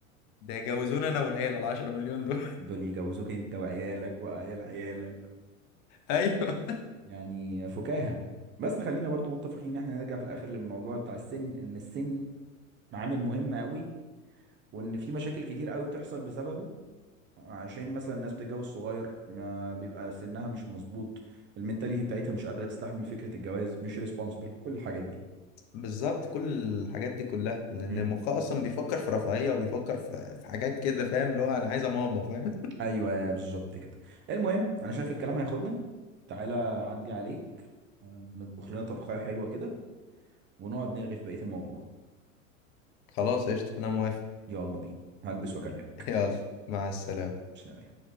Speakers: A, on the left; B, on the right.
A: ده يجوزونا انا والعيلة ال 10 مليون دول
B: دول يجوزوك انت وعيالك وعيال عيالك
A: <laughs> ايوه
B: يعني فكاهه بس خلينا برضو متفقين ان احنا نرجع في الاخر للموضوع بتاع السن ان السن عامل مهم قوي وان في مشاكل كتير قوي بتحصل بسببه عشان مثلا الناس بتتجوز صغير ما بيبقى سنها مش مظبوط المنتاليتي بتاعتها مش قادره تستحمل فكره الجواز مش ريسبونسبل كل الحاجات دي
A: بالظبط كل الحاجات دي كلها لان
B: امم
A: مخها اصلا بيفكر في رفاهيه وبيفكر في في حاجات كده فاهم اللي هو انا عايزه ماما فاهم
B: ايوه بالظبط كده المهم انا شايف الكلام هياخدنا تعالى عدي عليك آه، نطبخ لنا طبخية حلوة كده ونقعد نرغي في بقية الموضوع
A: <laughs> خلاص قشطه انا موافق
B: يلا بينا هلبس واكلمك
A: يلا مع السلامه
B: سلام